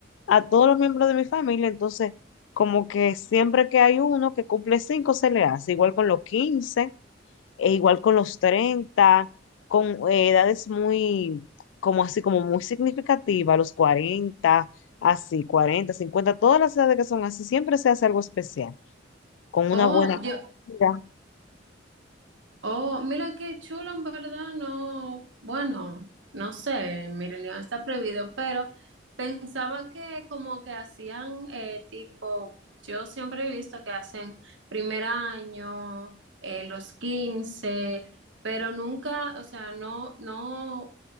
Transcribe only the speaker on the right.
Oh,
yo,
Oh, mira qué chulo, en verdad, no, bueno, no sé, Mirelión está prohibido, pero pensaba que como que hacían eh, tipo, yo siempre he visto que hacen primer año, eh, los quince pero nunca, o sea, no, no